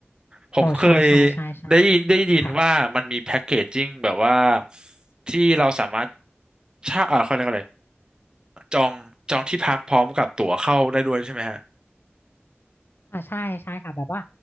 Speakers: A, on the right; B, on the left.
A: ผมเคย
B: อ๋อใช่ใช่ใช่ใช่
A: ได้ได้ยินว่ามันมีแพ็กเกจจิ้งแบบว่า
B: ค่ะ
A: ที่เราสามารถเช่าอ่าเขาเรียกอะไรจองจองที่พักพร้อมกับตั๋วเข้าได้ด้วยใช่ไหมฮะ
B: อ่าใช่ใช่ค่ะแบบว่า